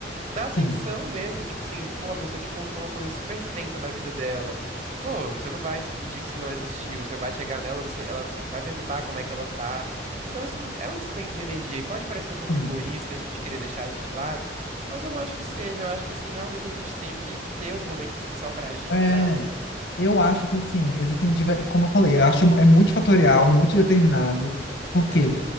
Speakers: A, on the right; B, on the left.
A: Dá atenção
B: sim,
A: mesmo, tipo assim, pô, a pessoa te contou uma coisa super tensa da vida dela. Pô, você não vai fingir que isso não existiu, você vai chegar nela, você, ela vai perguntar como é que ela tá. Então isso é um dispêndio de energia e pode parecer um pouco
B: sim.
A: egoísta a gente querer deixar isso de lado, mas eu não acho que seja. Eu acho que assim, realmente a gente tem que ter os momentos assim só pra gente,
B: É,
A: sabe?
B: eu acho que assim, existem, diver- como eu falei, eu acho é multifatorial, multideterminado, porque
A: É,